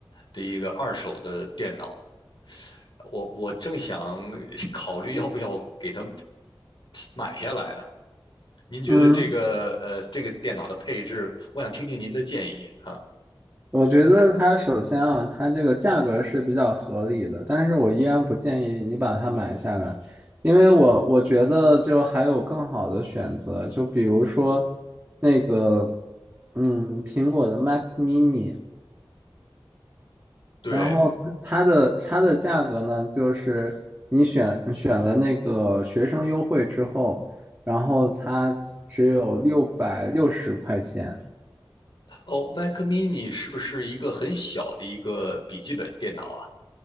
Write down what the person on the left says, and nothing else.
的一个二手的电脑。我我正想 <laughs> 考虑要不要给它买下来呢。您觉得这个呃这个电脑的配置，
我想听听您的建议啊。
对，
哦，Mac Mini 是不是一个很小的一个笔记本电脑啊？